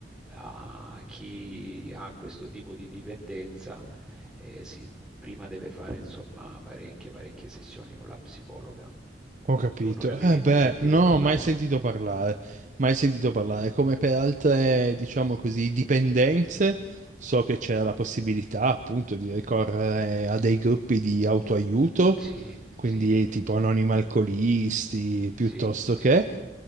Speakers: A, in the centre; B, on the right.
A: a chi ha questo tipo di dipendenza eh, sì, prima deve fare insomma parecchie, parecchie sessioni con la psicologa.
B: Ho capito.
A: Tu non avevi
B: Eh beh,
A: mai sentito
B: no,
A: parlare?
B: mai sentito parlare, mai sentito parlare. Come per altre, diciamo così, dipendenze, so che c'era la possibilità appunto di ricorrere a dei gruppi di autoaiuto,
A: Sì,
B: quindi
A: sì,
B: tipo anonimi alcolisti, piuttosto
A: sì, sì.
B: che,